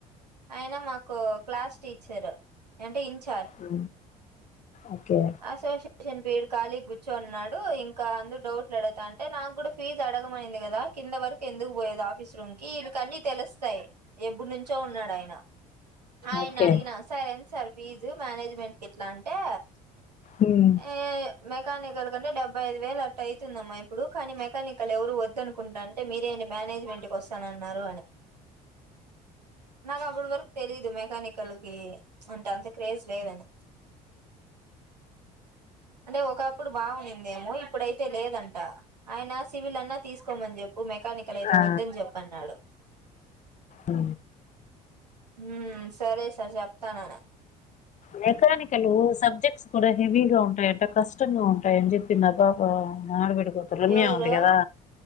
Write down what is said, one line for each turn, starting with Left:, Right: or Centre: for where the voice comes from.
Right: ఆయన మాకు క్లాస్ టీచర్ అంటే ఇంచ్
Left: ఉ ఒకే
Right: అసోసియేషన్ వీడు ఖాలీగ గుచ్చు ఉన్నాడు డు ఇంకా అందు డౌట్లు అడతా అంటే నాకు కూడా ఫీజ్ అడగమనింది కదా కింద వర ఎందుకు పోయేది ఆఫీస్ రూమ్ కి వీళ్ళక్ అన్ని తెలుస్తాయి ఎప్పుడు నుంచి చో ఉన్నాడు ఆయన ఆయన
Left: ఓకే
Right: అడిగిన సరేంది సార్ ఫీజు మేనేజ్మెంట్ కి ఇట్ల అంటే
Left: ఉమ్
Right: ఏ మెకానికల్ కంటే డెబ్బై ఐదు వేలు అట్టు అవుతుందమ్మా ఇప్పుడు కానీ మెకానికల్ ఎవరు వద్దనుకుంటాను అంటే మీరేంటి మేనేజ్మెంట్ కి వస్తానన్నారు అని నాకు అప్పడవరకు తెలీదు మెకానికల్ కి అంత అంత క్రేజ్ లేదని అంటే ఒకప్పుడు బాగునిందేమో ఇప్పుడైతే లేదంట అయిన సివిల్ అన్నా తీసుకోమని చెప్పు మెకానికల్ అయితే
Left: ఆ
Right: వద్దని చెప్ప అన్నాడు
Left: ఊ
Right: ఉమ్ సరే సార్ చెప్తానన
Left: మెకానికలు సబ్జెక్ట్స్ కూడా హెవీగా ఉంటాయంట కష్టంగా ఉంటాయని చెప్ చిన్న పాపా మా ఆడబిడ్డ కూతురు రమ్య
Right: ఎవరు
Left: ఉంది కదా